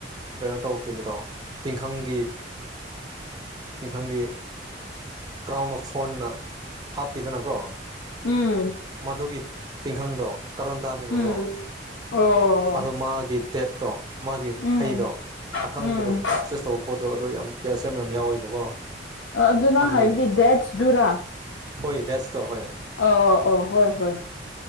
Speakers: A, on the right; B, on the left.
A: ꯀꯩꯅꯣ ꯇꯧꯈꯤꯕꯗꯣ ꯇꯤꯡꯈꯪꯒꯤ ꯇꯤꯡꯈꯪꯒꯤ ꯀ꯭ꯔꯥꯎꯟ ꯑꯣꯐ ꯐꯣꯔꯟꯅ ꯍꯥꯞꯈꯤꯗꯅꯀꯣ
B: ꯎꯝ
A: ꯃꯗꯨꯒꯤ ꯇꯤꯡꯈꯪꯗꯣ ꯀꯔꯣꯟꯗꯥꯅꯦꯕꯀꯣ
B: ꯎꯝ ꯑꯣ
A: ꯑꯗꯣ ꯃꯥꯒꯤ ꯗꯦꯠꯇꯣ ꯃꯥꯒꯤ
B: ꯎꯝ
A: ꯍꯩꯗꯣ ꯑꯀꯪꯕꯗ
B: ꯎꯝ
A: ꯄꯔꯆꯦꯁ ꯇꯧꯕ ꯄꯣꯠꯇꯣ ꯑꯗꯣ ꯌꯥꯝ ꯀꯦꯜꯁꯤꯌꯝ ꯌꯥꯝ ꯌꯥꯎꯋꯦꯕꯀꯣ
B: ꯑ ꯑꯗꯨꯅꯥꯡ
A: ꯑꯗꯨꯒ
B: ꯍꯥꯏꯕꯗꯤ ꯗꯦꯠꯁ ꯗꯨꯔꯥ
A: ꯍꯣꯏ ꯗꯁꯇ ꯍꯣꯏ
B: ꯑ ꯑꯣ ꯍꯣꯏ ꯍꯣꯏ